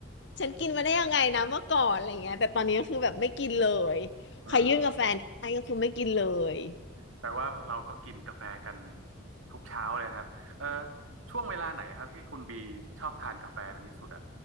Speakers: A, on the left; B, on the right.
A: ฉันกินมาได้ยังไงนะเมื่อก่อนอะไรเงี้ยแต่ตอนนี้ก็คือแบบไม่กินเลยใครยื่นกาแฟนี่ให้ก็คือไม่กินเลย
B: <laughs> อืม แปลว่าเราก็กินกาแฟกันทุกเช้าเลยครับเอ่อช่วงเวลาไหนครับที่คุณบีชอบทานกาแฟเป็นที่สุดอ่ะ